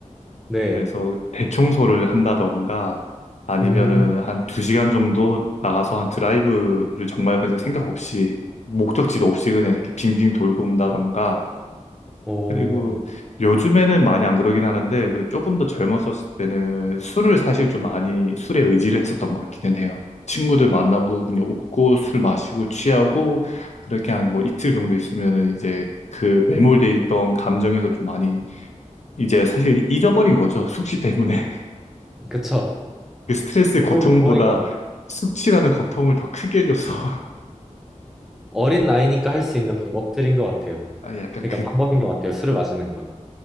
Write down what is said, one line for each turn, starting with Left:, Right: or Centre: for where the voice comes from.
Centre: 네.
Left: 그래서 대청소를 한다던가 아니면은
Centre: 음,
Left: 한 두 시간 정도 나가서 한 드라이브를 정말 그냥 생각 없이 목적지도 없이 그냥 이렇게 빙빙 돌고 온다던가
Centre: 오,
Left: 그리고 요즘에는 많이 안 그러긴 하는데 그래도 조금 더 젊었었을 때는 술을 사실 좀 많이 술에 의지를 했었던 것 같기는 해요. 친구들 만나고 그냥 웃고 술 마시고 취하고 그렇게 한 뭐 이틀 정도 있으면은 이제 그 매몰돼 있던 감정에서 좀 많이 이제 사실 잊어버린 거죠. 숙취 때문에.
Centre: 그쵸.
Left: 그 스트레스의 고통보다
Centre: 좋은 방법인 것 같아요.
Left: 숙취라는 고통을 더 크게 줘서 <laughs>
Centre: 어린 나이니까 할 수 있는 방법들인 것 같아요.
Left: 아, 약간
Centre: 그러니까
Left: 그
Centre: 방법인 것 같아요. 술을 마시는 건.